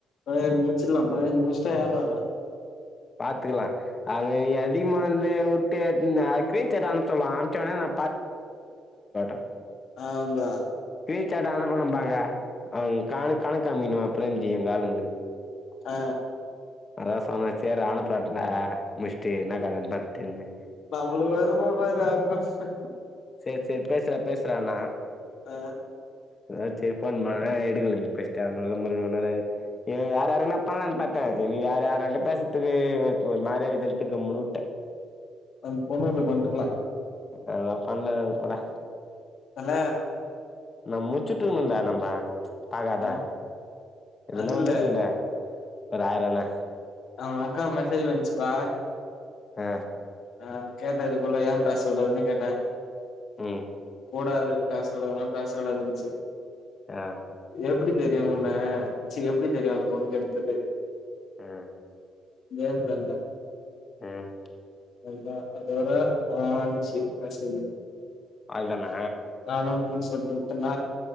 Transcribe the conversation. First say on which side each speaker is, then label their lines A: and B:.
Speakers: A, on the left; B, on the left.
A: பதினஞ்சு முச்சிலா பதினஞ்சு முஷ்டா எவ்ள வரு
B: பாத்துக்கலா அங்க நீ அதிகமா வந்து விட்டு க்ரீன்சாட் அனுப் சொல்லே அம்சனா நா <inaudible>
A: ஆவ்ள்தா
B: கேட்டா அவன பன்னுபாங்க கணக் கணக்காம்மிக்கனு எனக்கு தெரிஞ்சு எங்க ஆளுங்களுக்கு
A: ஆ
B: அதா சொன்னா சேர் ஆனப்பட்னா ஆ முஷ்டு என்னக்கதன்னு பாத்துட்டு இருந்தே
A: நம்ளுக்கு வருதுப்பா <inaudible>
B: சேரி சேரி பேசுறே பேசுறேண்ணா
A: ஆ
B: அதா சேரிப்போன் பன்னா எடுக்கல நீ ஃபஸ்ட் நல்ல முற <inaudible> ஏன்யார் யாருன்னு பன்ளானு பாத்தே என யார் யாரன்ட பேசதுக்கு ஒரு மாரியாக்குதுன்ட்டு கம்முன்னு விட்டே
A: அந் பொண்ணு வந்து பண்டல
B: அ நா பண்ணே போடா
A: தல
B: நம்ம முச்சுட்டுக்கணும்டா நம்ம பாகாதே
A: ஆ
B: அதுன்னா
A: அது இல்ல
B: வந்துட்டீங்க ஒரு ஆயிரம்ண்ணா
A: அவன் அக்கா மெசேஜ் பன்னுச்சுப்பா
B: ஆ
A: ஆ கேட்டே இது போல ஏ பேச கூடாதுன்னு கேட்டே
B: ம்
A: கூடாது பேசக்கூடாதுனா பேசக்கூடாதுன்ச்சு
B: ஆ
A: எப்டி தெரியு உன்னச் சேரி எப்படி தெரியு அந்த பொண்ணுக்கு எப்டி தெரியு
B: ம்
A: மேம் ரெம்ப
B: ம்
A: அத அதோட ஆஞ்சு மேசேஜ்
B: ஆள்தானே
A: நானு மூணு சொட்டு விட்டன